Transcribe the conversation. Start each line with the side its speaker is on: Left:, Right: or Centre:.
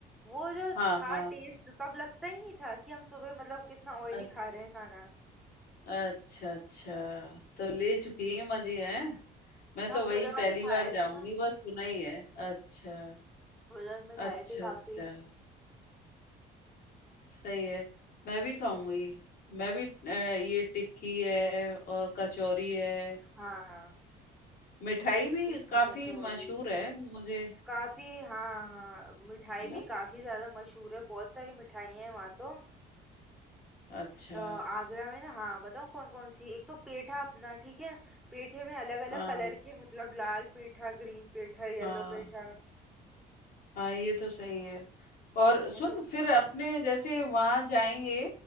Centre: वो जो
Left: हाँ
Centre: था
Left: हाँ
Centre: टेस्ट तब लगता ही नहीं था कि हम सुबह मतलब कितना ऑयली
Left: अ-
Centre: खा रहे हैं खाना
Left: अच्छा अच्छा तो ले चुकी है मजे हैं मैं
Centre: हाँ
Left: तो वही
Centre: फिरोजाबाद
Left: पहली
Centre: में खाए
Left: बार जाऊंगी
Centre: थे ना
Left: बस सुना ही है अच्छा
Centre: फिरोजाबाद में खाए
Left: अच्छा
Centre: थे काफी
Left: अच्छा सही है मैं भी खाऊंगी मैं भी अ, ये टिक्की है और कचौरी है
Centre: हाँ हाँ
Left: मिठाई भी
Centre: टिक्की
Left: काफी
Centre: कचौड़ी
Left: मशहूर है मुझे
Centre: काफी हाँ हाँ मिठाई भी
Left: ना
Centre: काफी ज्यादा मशहूर है बहुत सारी मिठाइयाँ हैं वहाँ तो
Left: अच्छा
Centre: अ, आगरा में ना हाँ बताऊँ कौन कौन सी एक तो पेठा अपना ठीक है पेठे में अलग
Left: हाँ
Centre: अलग कलर के मतलब लाल पेठा ग्रीन पेठा येलो
Left: हाँ
Centre: पेठा
Left: हाँ ये तो सही है और सुन
Centre: है ना
Left: फिर अपने जैसे वहां जाएंगे